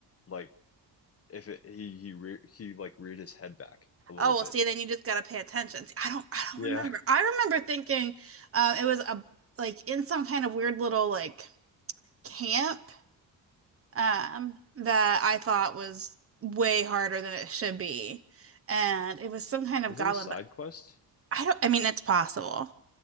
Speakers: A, on the left (about 35°); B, on the right (about 35°).
A: like if it he he re he like reared his head back a little
B: oh
A: bit.
B: well, see, then you just gotta pay attention. See, I don't I don't
A: Yeah.
B: remember. I remember thinking uh, it was a like in some kind of weird little like camp um, that I thought was way harder than it should be, and it was some kind of
A: Was
B: goblin.
A: it a side
B: But
A: quest?
B: I don't. I mean, it's possible